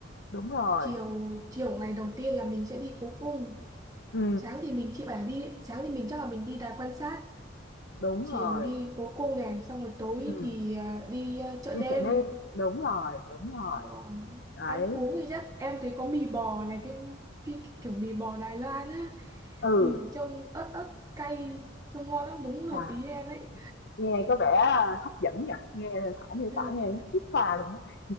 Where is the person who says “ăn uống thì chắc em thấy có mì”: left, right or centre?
Right